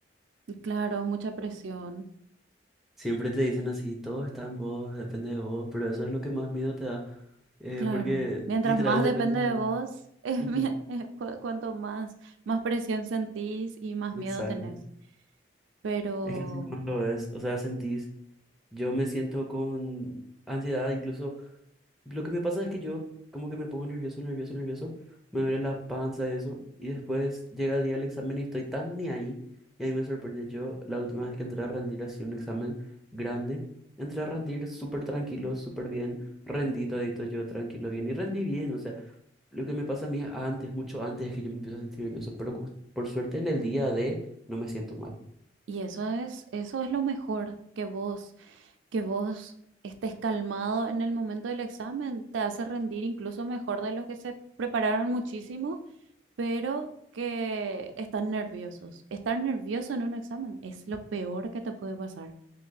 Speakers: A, on the right; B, in the centre.
A: Y Claro, es mucha presión,
B: Siempre te dicen así, todo está en vos, depende de vos, pero eso es lo que más miedo te da, eh,
A: claro.
B: porque
A: Mientras
B: literal
A: más
B: depende
A: depende
B: de
A: de
B: vos.
A: vos, <laughs> es,
B: Ujú,
A: mi- es cu- cuanto más, más presión sentís y más
B: Exacto.
A: miedo tenés. Pero,
B: Es que así nomás lo es, o sea, sentís, yo me siento con ansiedad incluso Lo que me pasa es que yo como que me pongo nervioso, nervioso, nervioso, me duele la panza y eso, y después llega el día del examen y estoy tan ni ahí, y a mí me sorprende, yo la última vez que entré a rendir así un examen grande, entré a rendir súper tranquilo, súper bien, rendí todito yo tranquilo, bien, y rendí bien, o sea, lo que me pasa a mí antes, mucho antes es que yo me empiezo a sentir nervioso, pero jus- por suerte en el día de no me siento mal.
A: y eso es, eso es lo mejor, que vos, que vos estés calmado en el momento del examen, te hace rendir incluso mejor de los que se prepararon muchísimo pero que están nerviosos. Estar nervioso en un examen es lo peor que te puede pasar.